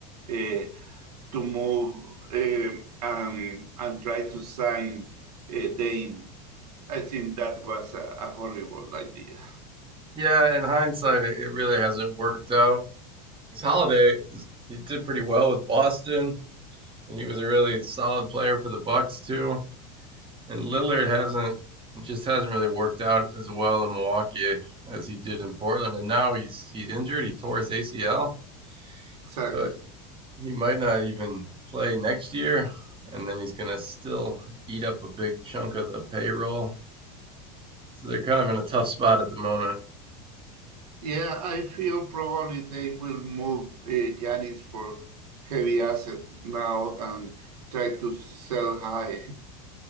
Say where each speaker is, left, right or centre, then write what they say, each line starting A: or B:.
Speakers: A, on the right; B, on the right.
A: uh, to move uh, um, and try to sign uh, Dane. I think that was a, a horrible idea.
B: Yeah, in hindsight, it, it really hasn't worked out. His Holiday, is- he did pretty well with Boston, and he was a really solid player for the Bucks too. And Lillard hasn't just hasn't really worked out as well in Milwaukee as he did in Portland. And now he's he's injured. He tore his ACL,
A: Exactly.
B: so he might not even play next year. And then he's gonna still eat up a big chunk of the payroll. So they're kind of in a tough spot at the moment.
A: Yeah, I feel probably they will move uh, Giannis for heavy asset now and try to sell high.